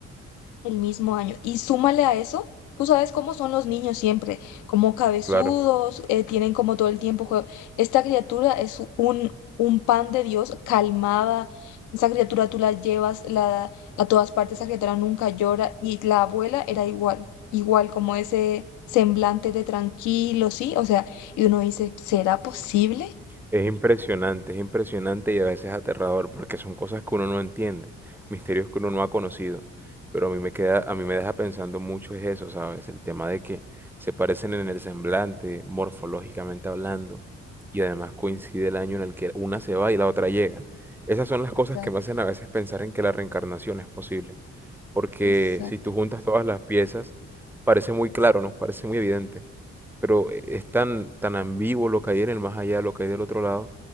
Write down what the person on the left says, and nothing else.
El mismo año. Y súmale a eso, tú sabes cómo son los niños siempre, como cabezudos,
eh, tienen como todo el tiempo jue- Esta criatura es un, un pan de Dios, calmada. Esa criatura tú la llevas la, a todas partes, esa criatura nunca llora. Y la abuela era igual, igual como ese semblante de tranquilo, ¿sí? O sea, y uno dice, ¿será posible?
Exacto,
exacto,